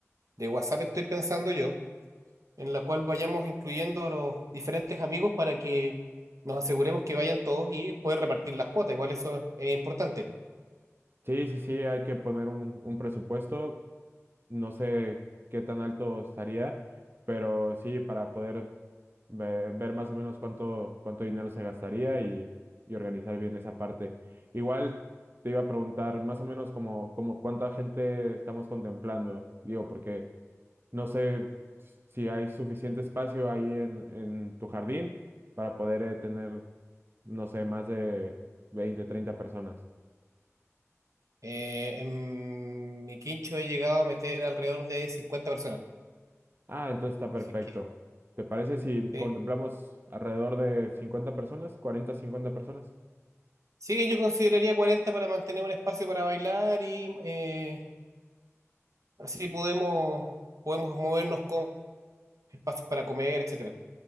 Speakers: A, on the right (about 85°); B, on the right (about 45°).
A: de WhatsApp, estoy pensando yo, en la cual vayamos incluyendo a los diferentes amigos para que nos aseguremos que vayan todos y poder repartir las cuotas, igual eso es importante.
B: Sí, sí, sí, hay que poner un, un presupuesto. No sé qué tan alto estaría, pero sí, para poder ve- ver, más o menos cuánto, cuánto dinero se gastaría y, y organizar bien esa parte. Igual te iba a preguntar más o menos como, como cuánta gente estamos contemplando, digo, porque no sé si hay suficiente espacio ahí en, en tu jardín para poder eh, tener, no sé, más de 20 30 personas.
A: Eh, en mi quincho he llegado a meter alrededor de 50 personas.
B: Ah, entonces está perfecto.
A: Así que,
B: ¿Te parece si
A: eh,
B: contemplamos alrededor de 50 personas, 40, 50 personas?
A: sí, yo consideraría 40 para mantener un espacio para bailar y eh, así podemos, podemos movernos con espacios para comer, etcétera.